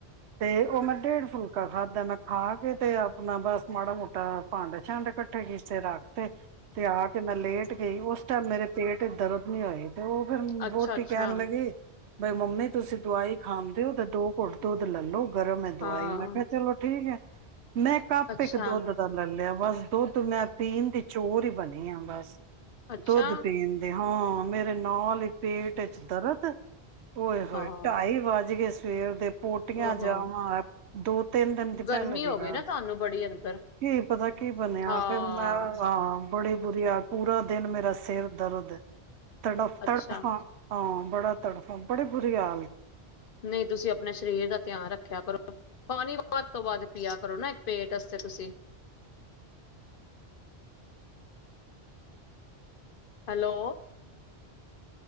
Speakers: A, on the right; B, on the left.
A: ਤੇ ਉਹ ਮੈਂ ਡੇਢ ਫੁਲਕਾ ਖਾਧਾ ਮੈਂ ਖਾ ਕੇ ਤੇ ਆਪਣਾ ਬਸ ਮਾੜਾ ਮੋਟਾ ਭਾਂਡੇ ਛੱਂਡੇ ਇਕੱਠੇ ਕੀਤੇ ਰੱਖ ਤੇ ਤੇ ਆ ਕੇ ਮੈਂ ਲੇਟ ਗਈ ਉਸ ਟਾਈਮ ਮੇਰੇ ਪੇਟ ਦਰਦ ਨੀ ਹੋਈ। ਤੇ ਉਹ ਫੇਰ
B: ਅੱਛਾ
A: ਵੋਟੀ
B: ਅੱਛਾ
A: ਕਹਿਣ ਲੱਗੀ। ਬਈ ਮੰਮੀ ਤੁਸੀਂ ਦਵਾਈ ਖਾਂਦੇ ਹੋ ਤਾਂ ਦੋ ਕੁਟ ਦੁਦ ਲੈਲੋ ਗਰਮ ਹੈ ਦਵਾਈ
B: ਹਾਂ
A: ਮੈਂ ਕਿਹਾ ਚਲੋ ਠੀਕ ਹੈ। ਮੈਂ ਕੱਪ
B: ਅੱਛਾ
A: ਇੱਕ ਦੁੱਧ ਦਾ ਲੈ ਲਿਆ। ਬਸ ਦੁੱਧ ਮੈਂ ਪੀਣ ਦੀ ਚੋਰ ਹੀ ਬਣੀ ਆ ਬਸ।
B: ਅੱਛਾ
A: ਦੁੱਧ ਪੀਣਦੇ ਹਾਂ। ਮੇਰੇ ਨਾਲ ਹੀ ਪੇਟ ਇਚ ਦਰਦ। ਓਏ ਹੋਏ
B: ਹਾਂ
A: ਟਾਈ ਵੱਜ ਗਏ ਸ ਸਵੇਰ ਦੇ। ਪੋਟੀਆਂ
B: ਓਹੋ
A: ਜਾਵਾਂ। ਦੋ। ਤਿੰਨ ਦਿਨ ਦੀ
B: ਗਰਮੀ
A: ਪੈਲੇ ਦੀ
B: ਹੋ
A: ਗੱਲ
B: ਗਈ ਨਾ ਤੁਹਾਨੂੰ ਬੜੀ ਅੰਦਰ
A: ਕੀ ਪਤਾ ਕੀ ਬਣਿਆ
B: ਹਾਂ
A: ਫੇਰ ਮੈਂ ਹਾਂ ਬੜੀ ਬੁਰੀਆ ਪੂਰਾ ਦਿਨ ਮੇਰਾ ਸਿਰ ਦਰਦ। ਤੜਫ ਤੜਫਾ।
B: ਅੱਛਾ
A: ਹਾਂ ਬੜਾ ਤੜਫਾ ਬੜੀ ਬੁਰੀ ਹਾਲਤ।
B: ਨਹੀਂ ਤੁਸੀਂ ਆਪਣੇ ਸਰੀਰ ਦਾ ਧਿਆਨ ਰੱਖਿਆ ਕਰੋ ਪਾਣੀ ਵੱਧ ਤੋਂ ਵੱਧ ਪੀਆ ਕਰੋ ਨਾ ਇੱਕ ਪੇਟ ਅਸਤੇ ਤੁਸੀਂ। ਹੈਲੋ।